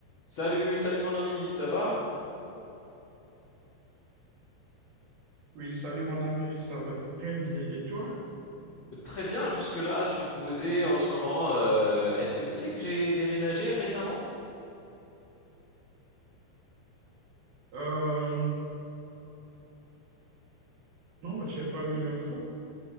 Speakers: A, on the left (about 45°); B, on the right (about 55°).
A: Salut, salut mon ami, ça va?
B: Oui, salut mon ami, ça va très bien. Et toi?
A: Très bien, jusque-là, je suis posé en ce moment. euh, est-ce que tu sais que j'ai déménagé récemment?
B: Euh, non, j'ai pas eu l'info.